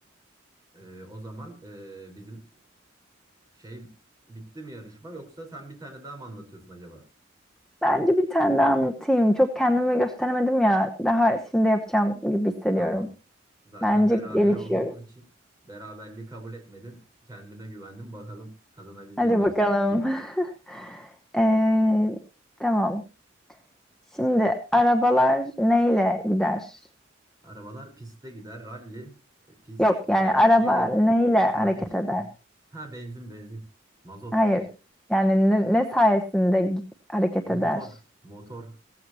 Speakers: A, on the right; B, in the centre.
A: e, o zaman e, bizim Şey bitti mi yarışma yoksa sen bir tane daha mı anlatıyorsun acaba?
B: Bence bir tane daha anlatayım. Çok kendimi gösteremedim ya. Daha şimdi yapacağım gibi hissediyorum.
A: Tamam. Zaten
B: Bence
A: beraber
B: gelişiyorum.
A: olduğumuz için beraberliği kabul etmedin. Kendine güvendin. Bakalım kazanabilecek
B: Hadi
A: miyiz?
B: bakalım. <laughs> Ee, tamam. Şimdi arabalar neyle gider?
A: Arabalar piste gider. Ralli, e, pist,
B: Yok yani
A: e,
B: araba
A: yol,
B: neyle
A: trafik.
B: hareket eder?
A: Ha benzin benzin. Mazot,
B: Hayır. Yani ne, ne sayesinde g- hareket
A: motor,
B: eder?
A: motor,